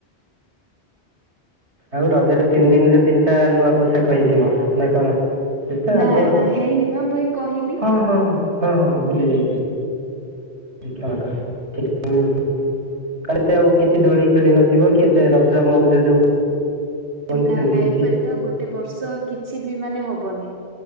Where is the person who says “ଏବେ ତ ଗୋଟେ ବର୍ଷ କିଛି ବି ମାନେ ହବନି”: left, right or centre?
Right